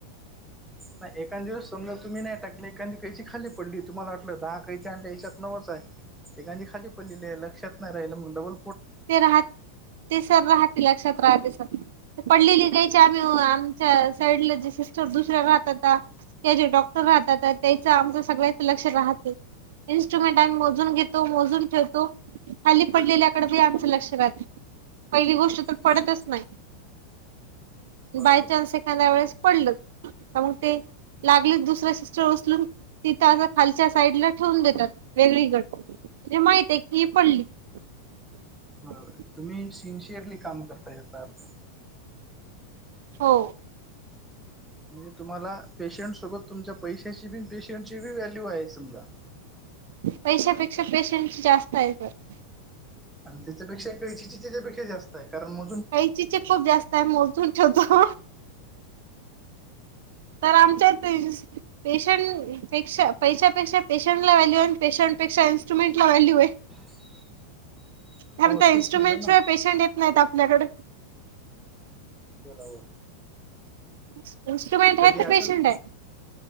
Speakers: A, in the centre; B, on the right (about 70°).
A: नाही एखाद दिवस समजा तुम्ही नाही टाकले, एखादी कैची खाली पडली तुम्हाला वाटलं, दहा कैची आणल्या याच्याातत नवचाय. एखादी खाली पडलीले लक्षात नाही म नवल
B: ते राहत ते सर रहाते लक्षात रहते सर पडलेली कैची आम्ही आमच्या साईडला जे सिस्टर दुसऱ्या राहतात. ते जे डॉक्टर राहतात, तर त्यांच आमच सगळ्याक लक्ष राहत. इंस्ट्रुमेंट आम्ही मोजून घेतो, मोजून ठेवतो, खाली पडलेल्याकड ते आमच लक्ष राहाते पहिली गोष्ट तर पडतच
A: हो
B: नाही.
A: बरोबर
B: बायचान्स
A: आहे.
B: एखाद्या वेळेस पडल त मग ते लागलीच दुसरं सिस्टर उचलून तिथंं असं खालच्या साईडला ठेवून देतात वेगळीकड जे माहिते की पडली. <inaudible>
A: बरोबर तुम्ही सिन्सिअरली काम करता याचा अर्थ
B: हो
A: म्हणजे तुम्हाला पेशंट सोबत तुमच्या पैशाची बी पेशंटची बी व्हॅल्यू आहे समजा.
B: पैशापेक्षा पेशंटची जास्त <unintelligible>
A: आणि त्याच्यापेक्षा कैची त्याच्यापेक्षा जास्तय कारण म
B: काहीचीचे खूप जास्तय मोजून ठेवतो. तर आमच्या तेन्स पेशंट पेक्षा पैशापेक्षा पेशंट ला व्हॅल्यू आणि पेशंपेक्षा इंस्ट्रुमेंटला व्हॅल्यूये.
A: <inaudible>
B: थांब
A: हो
B: त्या इन्स्ट्रुमेंटशिवाय
A: तेच म्हटलं ना
B: पेशंट येत नाहीत आपल्याकड.
A: बराबर
B: <unintelligible>
A: कधी आसन
B: पेशंट आहे